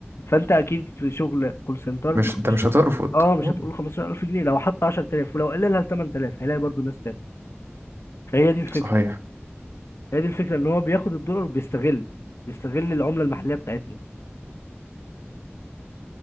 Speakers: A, on the left; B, on the right.
A: فانت اكيد في شغل كول سنتر
B: مش
A: ما حدش
B: انت مش هترفض
A: اه مش
B: أه.
A: هتقول 15000 جنيه لو حط 10000 ولو قللها ل 8000 هيلاقي برضو الناس تاخد فهي دي الفكرة
B: صحيح
A: هي دي الفكره ان هو بياخد الدولار بيستغل بيستغل العمله المحليه بتاعتنا